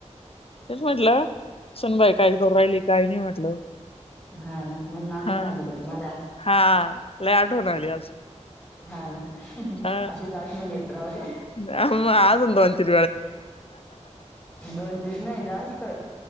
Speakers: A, on the left; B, on the left.
A: तेच म्हंटलं सुनबाई काय करून राहिली काही नाही म्हटलं.
B: हा ना. म्हणून आठवण
A: हा
B: आली का तुम्हाला आज?
A: हा लय आठवण आली आज.
B: हा ना
A: अ
B: अशीच आठवण येत राहु द्या.
A: <unintelligible>
B: दोन तीन नाही जास्त.